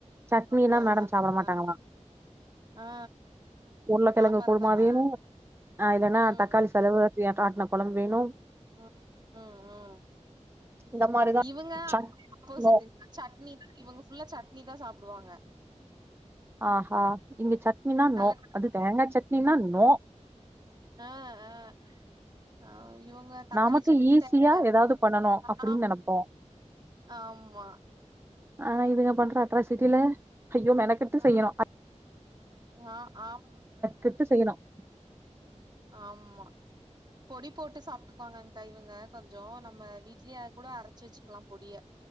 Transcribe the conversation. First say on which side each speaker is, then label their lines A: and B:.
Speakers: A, on the right (about 20°); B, on the right (about 35°).
A: சட்னி
B: அதா
A: எல்லாம்
B: அதா
A: மேடம் சாப்பிட
B: ஆ
A: மாட்டாங்களாம்
B: ஆ
A: உருளக்கிழங்கு
B: சாம்பார்
A: குருமா
B: தானா
A: வேணும் அ இல்லன்னா
B: ம்
A: தக்காளி செலவு ஆத்தியான ஆட்ன கொழம்பு வேணும்
B: ம் ம் உம்
A: இந்த
B: இ
A: மாரிதா
B: இவுங்க
A: சட்
B: ஆப்போசிட்டுங்
A: நோ
B: சட்னி தான் இவங்க ஃபுல்லா சட்னி தான் சாப்டுவாங்க
A: ஆஹா இங்க சட்னினா
B: கல்லக்கொட்ட
A: நோ அது தேங்காய் சட்னினா நோ
B: ஆ அ ஆ இவுங்க தக்காளி
A: நமக்கு
B: சட்னி
A: ஈஸியா
B: த <inaudible>
A: ஏதாவது பண்ணனு
B: அப்பறோ
A: அப்டின்னு நெனப்போ
B: ஆமா
A: ஆனா இதுங்க பண்ற அட்ராசிட்டில ஐயோ மெனக்கெட்டு
B: ஆ
A: செய்யணும்
B: ஆ ஆம்
A: கெட்டு செய்யணும்
B: ஆமா பொடி போட்டு சாப்டுக்குவாங்க அந்த இவுங்க கொஞ்சம் நம்ம வீட்லயே கூட அரச்சு வச்சுக்கலாம் பொடிய